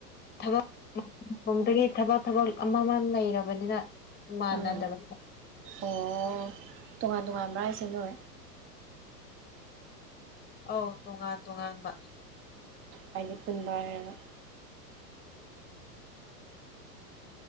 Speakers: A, on the left; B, on the right.
A: ꯊꯕꯛꯗꯒꯤ ꯊꯕꯛ ꯊꯕꯛ ꯑꯃ ꯑꯃ ꯂꯩꯔꯕꯅꯤꯅ ꯃꯥꯅꯗꯕ
B: ꯑꯥ ꯑꯣ ꯇꯣꯉꯥꯟ ꯇꯣꯉꯥꯟꯕ ꯍꯥꯏꯁꯦ ꯅꯣꯏ
A: ꯑꯧ ꯇꯣꯉꯥꯟ ꯇꯣꯉꯥꯟꯕ
B: ꯍꯥꯏꯗꯤ ꯄꯨꯨꯟꯕ ꯍꯥꯏꯔꯒ